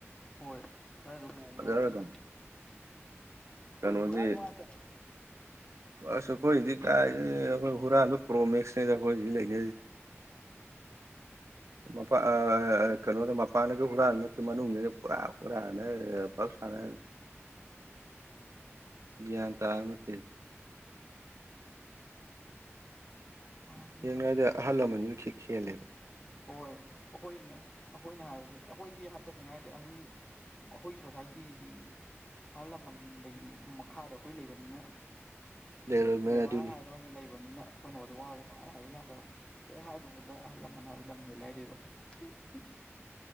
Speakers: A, on the left (about 20°); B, on the right (about 80°).
A: ꯍꯣꯏ ꯈꯔꯗ ꯍꯣꯡꯒꯗꯕ
B: ꯐꯖꯔ ꯑꯗꯨꯝ ꯀꯩꯅꯣꯁꯤ
A: ꯍꯣꯏꯁꯨ ꯍꯨꯔꯥꯟ ꯉꯥꯛꯇ
B: ꯑꯁ ꯑꯩꯈꯣꯏ ꯍꯧꯖꯤꯛ ꯀꯥꯏ ꯑꯩꯈꯣꯏ ꯍꯨꯔꯥꯟꯕꯗꯣ ꯀ꯭ꯔꯣꯃꯦꯛꯁꯅꯦꯗ ꯑꯩꯈꯣꯏ ꯍꯧꯖꯤꯛ ꯂꯩꯅꯤꯔꯤꯁꯤ ꯃ ꯀꯩꯅꯣꯗ ꯃꯄꯥꯟꯗꯒ ꯍꯨꯔꯥꯟ ꯃꯅꯨꯡꯁꯤ ꯄꯨꯔꯥ ꯍꯨꯔꯥꯅ ꯐ ꯁꯥꯟꯅ ꯭ꯌꯥꯟ ꯇꯥꯔꯠꯇ
A: ꯃꯥꯅꯤ
B: ꯌꯦꯡꯅꯉꯏꯗ ꯑꯍꯜ ꯂꯃꯟ ꯅꯨꯡꯁꯤꯛ ꯍꯦꯜꯂꯦꯕ
A: ꯍꯣꯏ ꯑꯩꯈꯣꯏꯅ ꯑꯩꯈꯣꯏꯅ ꯍꯥꯏꯕꯁꯦ ꯑꯩꯈꯣꯏꯁꯤ ꯇꯁꯦꯡꯅ ꯍꯥꯏꯔꯗꯤ ꯑꯍꯜ ꯑꯩꯈꯣꯏ ꯁꯣꯁꯥꯏꯇꯤꯁꯤꯗꯤ ꯑꯍꯜ ꯂꯃꯟꯗꯒꯤ ꯃꯈꯥꯗ ꯑꯩꯈꯣꯏ ꯂꯩꯕꯅꯤꯅ
B: ꯂꯩꯔꯃꯤꯅ
A: ꯚꯦꯕꯥꯔ
B: ꯑꯗꯨꯅꯤ
A: ꯍꯥꯏꯕ ꯑꯝ ꯂꯩꯕꯅꯤꯅ ꯑꯩꯈꯣꯏꯅ ꯍꯧꯖꯤꯛ ꯋꯥꯁꯦ ꯄꯥꯏ ꯍꯥꯏꯕ ꯌꯥꯗꯕ ꯍꯦꯛ ꯍꯥꯏꯔꯨꯕꯗ ꯑꯍꯜ ꯂꯃꯟ ꯍꯥꯏꯕ ꯂꯝꯍꯦꯜꯂꯦ ꯍꯥꯏꯗꯣꯏꯕ <unintelligible>